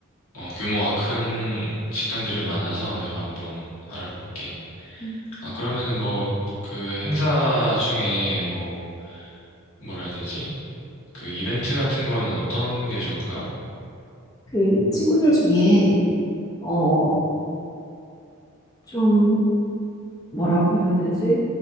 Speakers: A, on the left; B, on the left.
A: 어, 규모가 큰 식당들이 많아서 내가 한번 알아볼게.
B: 음.
A: 아, 그러면은 뭐, 그 행사 중에 뭐, 뭐라 해야 되지? 그 이벤트 같은 거는 어떤 게 좋을까?
B: 그 친구들 중에, 어, 좀 뭐라고 해야 되지?